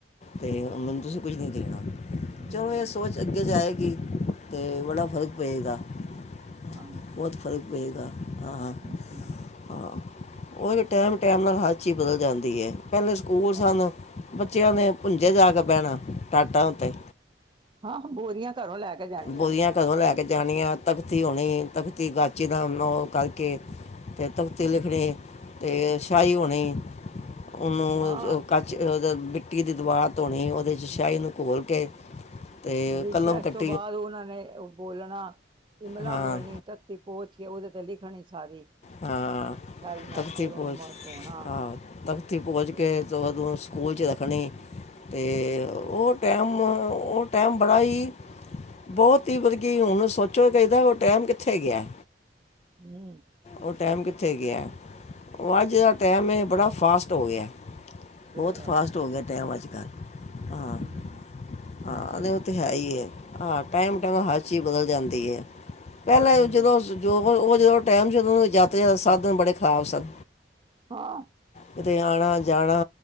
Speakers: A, on the left; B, on the right.
A: ਤੇ ਮੈਨੂੰ ਤੁਸੀਂ ਕੁਝ ਨਹੀਂ ਦੇਣਾ।
B: ਹੂੰ,
A: ਚਲੋ, ਇਹ ਸੋਚ ਅੱਗੇ ਜਾਏਗੀ ਤੇ ਬੜਾ ਫ਼ਰਕ ਪਏਗਾ। ਤੇ
B: ਹਾਂ।
A: ਬਹੁਤ ਫ਼ਰਕ ਪਏਗਾ। ਹਾਂ,
B: ਹੂੰ,
A: ਹਾਂ ਹਾਂ ਓਹੀ ਤੇ ਟੈਮ-ਟੈਮ ਨਾਲ ਹਰ ਚੀਜ਼ ਬਦਲ ਜਾਂਦੀ ਐ। ਪਹਿਲੇ ਸਕੂਲ ਸਨ।
B: ਹਾਂ।
A: ਬੱਚਿਆਂ ਨੇ ਭੁੰਜੇ ਜਾ ਕੇ ਬੈਣਾ ਟਾਟਾਂ ਉੱਤੇ।
B: ਹਾਂ, ਬੋਰੀਆਂ ਘਰੋਂ ਲੈ ਕੇ ਜਾਣੀਆਂ।
A: ਬੋਰੀਆਂ ਘਰੋਂ ਲੈ ਕੇ ਜਾਣੀਆਂ, ਤਖਤੀ ਹੋਣੀ, ਤਖਤੀ ਗਾ ਗਾਚੀ ਨਾ ਓਨੂੰ ਕਰਕੇ ਤੇ ਤਖਤੀ ਲਿਖਣੀ, ਤੇ ਸ਼ਾਹੀ ਹੁਣੀ ਉਹਨੂੰ
B: ਹਾਂ,
A: <unintelligible> ਉਹਦ ਮਿੱਟੀ ਦੀ ਦਵਾਤ ਧੋਣੀ, ਉਹਦੇ ਚ ਸ਼ਾਹੀ ਨੂੰ ਘੋਲ ਕੇ ਤੇ
B: ਰਿਸੈਸ
A: ਕਲਮ ਕੱਟ
B: ਤੋਂ ਬਾਅਦ ਓਨਾਂ ਨੇ ਬੋਲਣਾ, ਇਮਲਾ
A: ਹਾਂ
B: ਬੋਲਣੀ ਤਤ ਪੋਛ ਕੇ ਓਦੇ ਤੇ ਲਿਖਣੀ ਸਾਰੀ
A: ਹਾਂ,
B: ਸ਼ਾਹੀ ਨਾਲ
A: ਤਖ਼ਤੀ
B: ਫੇਰ ਉਹਨੂੰ
A: ਪੋਜ
B: ਮ ਧੋਣਾ।
A: ਹਾਂ, ਤਖ਼ਤੀ ਪੋਜ਼
B: ਹੂੰ,
A: ਕੇ ਤੇ ਔਦੋਂ ਸਕੂਲ ਚ ਰੱਖਣੀ ਤੇ ਓ ਟੈਮ ਓ, ਓ ਟੈਮ ਬੜਾ ਈ ਬੋਤ ਈ ਬਲਕਿ ਹੁਣ ਸੋਚੋ ਕ ਚਾਈਦਾ, ਕਿ ਓ ਟੈਮ ਕਿੱਥੇ ਗਿਆ।
B: ਹਂ।
A: ਓ ਟੈਮ ਕਿੱਥੇ ਗਿਆ। ਓ ਅੱਜ ਦਾ ਟੈਮ ਏ ਬੜਾ ਫਾਸਟ ਹੋ ਗਿਆ।
B: ਬੜਾ
A: ਬੋਤ ਫਾਸਟ ਹੋ ਗਿਆ, ਟੈਮ ਅੱਜ-ਕਲ। ਹਾਂ
B: ਹੂੰ,
A: ਹਾਂ, ਨੀਂ ਓ ਤੇ ਹੈ ਈ ਐ, ਹਾਂ ਟਾਈਮ-ਟਾਈਮ
B: ਹਾਂ,
A: ਨਾਂ ਹਰ ਚੀਜ਼ ਬਦਲ ਜਾਂਦੀ ਐ। ਪਹਿਲਾਂ
B: ਹੂੰ,
A: ਜਦੋਂ, ਸ ਜੋ ਉਹ ਓ ਜਦੋਂ ਟਾਈਮ ਜਦੋਂ ਓ ਜਾਤੇ ਸਾਧਨ ਬੜੇ ਖ਼ਰਾਬ ਸਨ।
B: ਹਾਂ।
A: ਕਿਤੇ ਆਣਾ-ਜਾਣਾ